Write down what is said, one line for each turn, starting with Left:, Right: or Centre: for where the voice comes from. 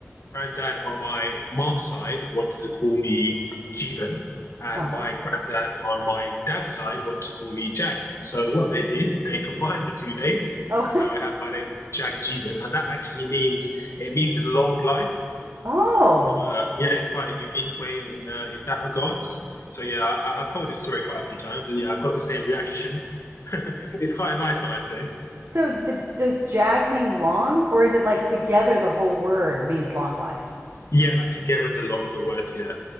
Left: granddad on my mum's side wanted to call me Jeevan, and
Right: Uh huh.
Left: my granddad on my dad's side wanted to call me Jag. So what they did, they <laughs> combined the two names,
Right: Oh,
Left: and now I have my name of Jag Jeevan, and that actually means it means long life
Right: <laughs>
Left: so
Right: oh.
Left: uh, yeah, it's quite a unique way in uh, in that regards. So yeah, I, I- I've told this story quite a few times, and yeah, I've got the same reaction. <laughs> It's quite a nice one, I'd say.
Right: So, the, does jag mean long, or is it like together the whole word means long life?
Left: Yeah, like together the lot, the word. Yeah.